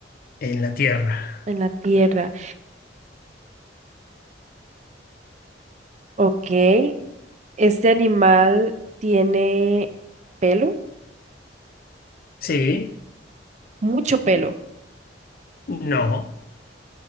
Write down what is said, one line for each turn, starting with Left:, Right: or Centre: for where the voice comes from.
Left: En la Tierra.
Right: En la tierra. Ok, este animal tiene pelo,
Left: Sí,
Right: mucho pelo.
Left: no,